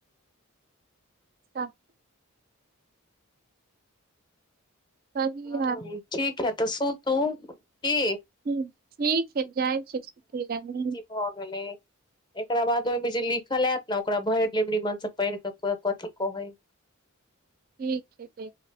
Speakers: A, on the right (about 40°); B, on the left (about 20°).
A: सभ। सही
B: ह
A: है
B: ठीक है तऽ सु तू की
A: ह ठीक है जाय फी रहै।
B: हो गेल लेय। एकरा बाद ओहिमे जे लिखल आयत ने ओकरा भरि नीमन से पढ़ के कथी कहे है।
A: ठीक है देखबैय।